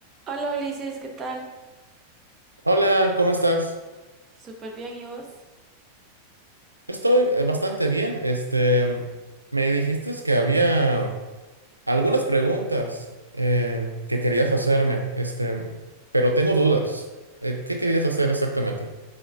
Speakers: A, on the right; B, on the right.
A: Hola Ulises, ¿qué tal?
B: Hola, ¿cómo estás?
A: Súper bien, ¿y vos?
B: Estoy eh, bastante bien. Este, me dijiste que había algunas preguntas eh, que querías hacerme, este, pero tengo dudas. Eh, ¿qué querías hacer exactamente?